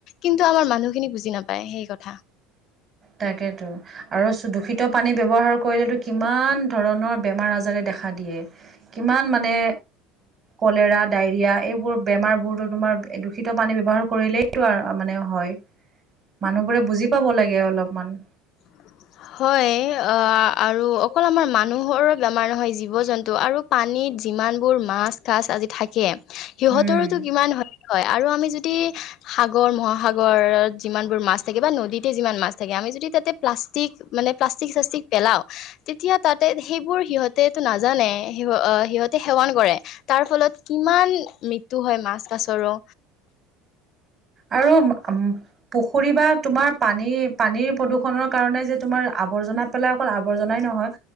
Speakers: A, on the left; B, on the right.
A: কিন্তু আমাৰ মানুহখিনি বুজি নাপায় সেই কথা।
B: তাকেতো, আৰু দূষিত পানী ব্যৱহাৰ কৰিলেতো কিমান ধৰণৰ বেমাৰ আজাৰে দেখা খা দিয়ে, কিমান মানে কলেৰা দাইৰিয়া এইবোৰ বেমাৰ বোৰতো তোমাৰ দূষিত পানী ব্যৱহাৰ কৰিলেইতো মানে হয়। মানুহবোৰে বুজি পাব লাগে অলপমান
A: <inaudible> হয় অ আৰু অকল আমাৰ মানুহৰে বেমাৰ নহয় জীৱ জন্তু আৰু পানীত যিমান বোৰ মাছ কাছ আদি থাকে সিহঁতৰোতো
B: উম
A: কিমান হয়। হয় আৰু আমি যদি সাগৰ মহাসাগৰত যিমান বোৰ মাছ থাকে বা নদীতে যিমান মাছ থাকে আমি যদি তাতে প মানে প্লাষ্টিক শ্লাষ্টিক পেলাওঁ, তেতিয়া তাতে সেইবোৰ হিহঁতে টো নাজানে। সিহঁতে সেৱন কৰে তাৰ ফলত কিমান মৃত্যু হয় মাছ কাছৰো
B: আৰু পুখুৰী বা তোমাৰ পানী পানীৰ প্ৰদূষণৰ কাৰণে যে তোমাৰ আৱৰ্জনা পেলাই অকল আৱৰ্জনাই নহয়